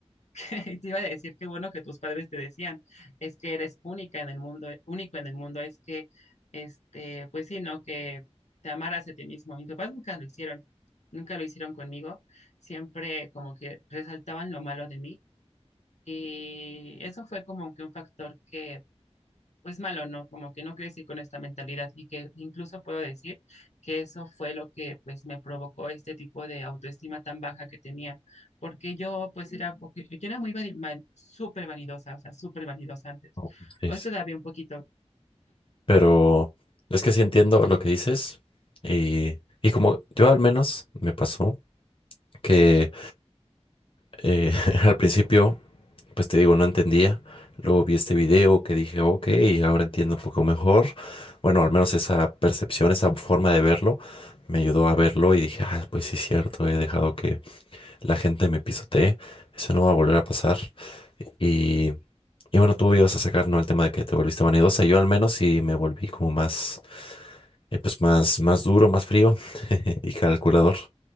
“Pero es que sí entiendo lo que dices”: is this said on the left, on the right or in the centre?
Left